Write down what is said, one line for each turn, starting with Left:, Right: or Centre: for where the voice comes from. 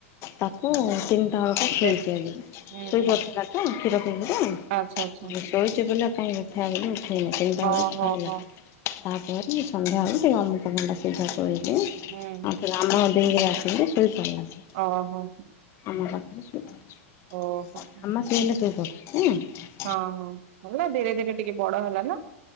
Left: ତାକୁ ତିନିଟା ବେଳକୁ
Right: ଦେ
Left: <inaudible>
Right: ହୁଁ
Left: ଶୋଇପଡ଼ିଥିଲା
Right: ହୁଁ
Left: ତ କ୍ଷୀର ପିଇନି ତ।
Right: ଆଚ୍ଛା ଆଚ୍ଛା।
Left: ଶୋଇଚି ପିଲା କାଇଁ ଉଠା ହେଇନି ଉଠେଇନି ତିନ ଟା
Right: ଓହୋ
Left: ବେଳୁକୁ ଖାଇଲା।
Right: ହୋ।
Left: ତାପରେ ସନ୍ଧ୍ୟାବେଳୁ ଟିକେ ଅମୃତ ଭଣ୍ଡା ସିଝା କରିଦିଏ
Right: ହୁଁ
Left: ଆଉ <inaudible> ଶୋଇପଡ଼ିଲା ସିଏ।
Right: ଓହୋ।
Left: ଆମ ପାଖରେ ଶୋଇପଡିଛି।
Right: ଓହୋ।
Left: ଆମ ଶୋଇଲେ ଶୋଇପଡୁଚି <inaudible>
Right: ହଁ ହଁ ହେଲା ଧୀରେ ଧୀରେ ଟିକେ ବଡ ହେଲାନି